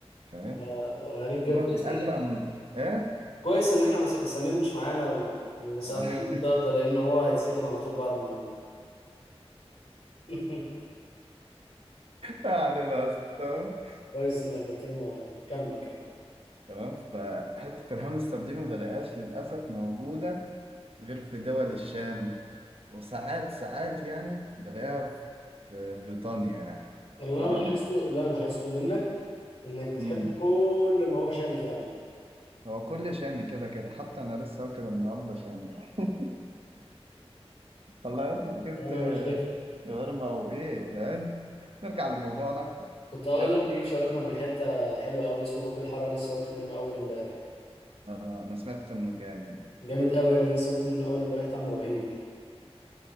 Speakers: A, on the right (about 65°); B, on the left (about 70°).
A: فاهم؟
B: آه، غريب جدا
A: هما
B: كويس
A: في الأغلب ايه؟
B: كويس ان احنا مس... سمير مش معانا و... وما سألناش
A: <laughs>
B: السؤال ده لان هو هيتسجن على طول بعد ما <laughs>
A: يعني بس تمام
B: كويس انك قلت لي ما كمل كمل
A: تمام فحتة الهامستر دي ما بلاقيهاش للأسف موجودة غير في دول الشام وساعات ساعات يعني بلاقيها في بريطانيا يعني
B: اللي
A: تمام
B: انا لاحظته اللي انا لاحظته منك انك بتحب
A: امم
B: كل ما هو شامي فعلا
A: هو كل شامي كده كده حتى انا لسه واكل النهارده شامي يعني <laughs> والله يا ابني جبت
B: يعني انا مش كده
A: شاورما وايه فاهم نرجع لموضوعنا
B: كنت هقول
A: إيه الفكرة
B: لك تجيب شاورما من حته حلوه قوي اسمه باب الحاره لسه واكل منه اول امبارح
A: آه انا سمعت انه جامد
B: جامد قوي يا ابني لسه واكل منه اول امبارح طعمه رهيب